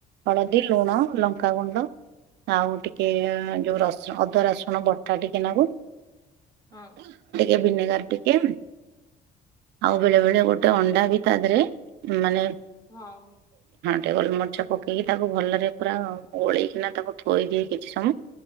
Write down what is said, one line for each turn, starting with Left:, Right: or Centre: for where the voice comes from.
Right: ହଳଦୀ ଲୁଣ ଲଙ୍କାଗୁଣ୍ଡ ଆଉ ଟିକେ ଯୋଉ ରସ ଅଦାରସୁଣ ବଟା ଟିକେ ନେବୁ
Left: ହଁ।
Right: ଏ ଭିନେଗାର ଟିକେ ଆଉ ବେଳେବେଳେ ଗୋଟେ ଅଣ୍ଡାବି ତା ଧୀରେ ମାନେ
Left: ହଁ ଉଁ।
Right: ଟେବଲ ମାଛକୋ ପକେଇକି ତାକୁ ଭଲରେ ପୁରା ଗୋଳେଇକିନା ତାକୁ ଥୋଇଦିଏ, କିଛି ସମୟ